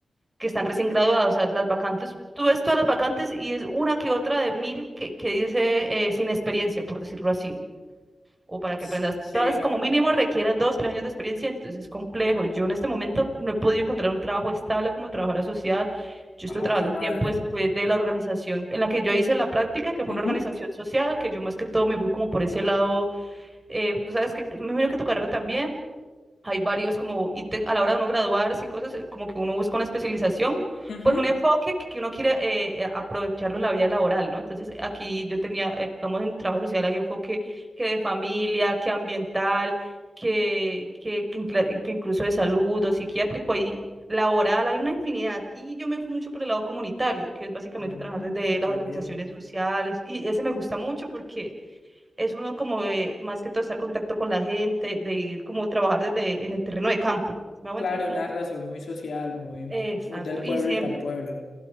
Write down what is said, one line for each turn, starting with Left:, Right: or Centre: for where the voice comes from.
Right: que están recién graduadas. O sea, las vacantes, tú ves todas las vacantes y es una que otra de mil que, que dice eh, sin experiencia, por decirlo así o para que
Left: S-
Right: aprendas.
Left: Sí,
Right: Todas
Left: no.
Right: como mínimo requieren dos, tres años de experiencia, entonces es complejo. Yo en este momento no he podido encontrar un trabajo estable como trabajadora social. Yo
Left: Ah,
Right: estoy trabajando
Left: jue
Right: un
Left: madre.
Right: tiempo después de la organización en la que yo hice la práctica, que fue
Left: Ujú,
Right: una organización social, que yo más que todo me fui como por ese lado. eh, tú sabes que me imagino que tu carrera también. Hay varios como ítem- a la hora de uno graduarse y cosas, eh, como que uno busca una especialización,
Left: ujú.
Right: pues un enfoque que que uno quiere eh, eh, aprovecharlo en la vida laboral, ¿no? Entonces aquí yo tenía, eh, digamos, en trabajo social hay enfoque que de familia, que ambiental, que, que, que incla- que incluso de salud o psiquiátrico, hay laboral, hay una infinidad. Y yo me fui mucho por el lado comunitario, que es básicamente
Left: Mm,
Right: trabajar desde
Left: súper
Right: las organizaciones
Left: bien.
Right: sociales, y ese me gusta mucho porque es uno como de, más que todo estar en contacto con la gente, de ir como trabajar desde en el terreno de campo. ¿sí ¿Me hago
Left: Claro,
Right: entender? Como,
Left: una razón muy social, muy,
Right: exacto,
Left: muy del pueblo
Right: y siempre.
Left: y para el pueblo.